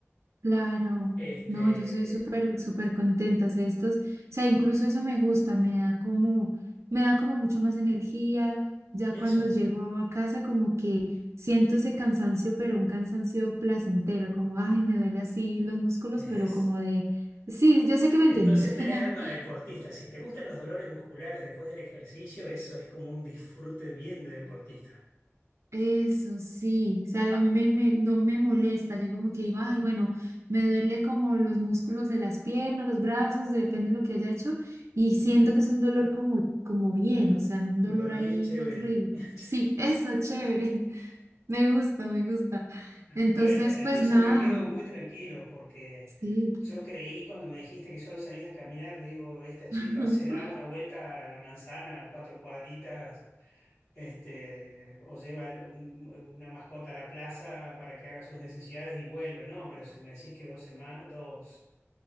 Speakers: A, on the right; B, on the left.
A: Claro,
B: Este,
A: no, yo soy súper, súper contenta, o sea, estos, o sea, incluso eso me gusta, me da como, me da como mucho más energía, ya
B: eso
A: cuando llego a casa como que siento ese cansancio, pero un cansancio placentero, como, ay, me duele así los músculos,
B: es.
A: pero como de, sí, yo sé que me
B: Entonces
A: entiendes.
B: tenés
A: <laughs>
B: alma de deportista. Si te gustan los dolores musculares después del ejercicio, eso es como un disfrute bien de deportista.
A: Eso sí, o sea, a mí me, me- no me molesta, yo como que digo, ay, bueno, me duele como los músculos de las piernas, los brazos, depende de lo que haya hecho, y siento que es un dolor como, como bien, o sea, no un
B: Un
A: dolor
B: dolor
A: ahí
B: bien chévere.
A: horrible.
B: <laughs>
A: Sí, eso, chévere, <laughs> me gusta, me gusta. Entonces,
B: Bueno, entonces
A: pues nada,
B: me quedo muy tranquilo porque
A: sí.
B: yo creí cuando me dijiste que solo salías a caminar, le digo, esta chica
A: <laughs>
B: se da una vuelta a la manzana, cuatro cuadritas, este, o lleva un- una mascota a la plaza para que haga sus necesidades y vuelve. No, pero si me decís que dos sema- dos,